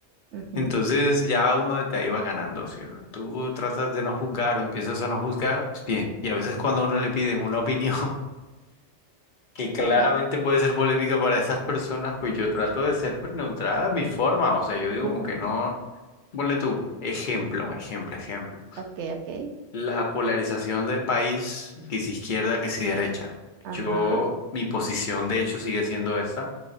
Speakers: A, on the right; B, on the left.
A: Ujú.
B: Entonces ya uno de ahí va ganando, si tú tratas de no juzgar o empiezas a no juzgar, pues bien. Y a veces cuando a uno le piden una opinión, que claramente
A: Toca.
B: puede ser polémica para esas personas, pues yo trato de ser pues neutral a mi forma, o sea, yo digo
A: <laughs>
B: como que no, ponle tú, ejemplo, ejemplo, ejemplo.
A: Ok, ok.
B: La polarización del país, que si izquierda, que si derecha.
A: Ajá.
B: Yo, mi posición de hecho sigue siendo esta.